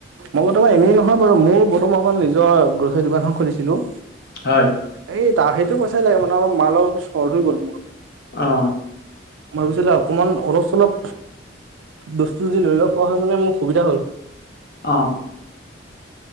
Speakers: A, on the right (about 80°); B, on the left (about 50°).
A: মই বৰ্তমানই এনেই নহয় বাৰু মোৰ বৰ্তমান মই অকমান নিজৰ <unintelligible> দোকানখন খুলিছিলো
B: হয়
A: এই তাহেইটো পইচাই লাগে মানে মালৰ অলপ চৰ হৈ গ'ল মোৰ
B: অ
A: মই ভাবিছিলো অকমান অলপ চলপ বস্তু যদি লৈ লব পোৱা হয় মানে মোৰ সুবিধা হ'ল
B: অঁ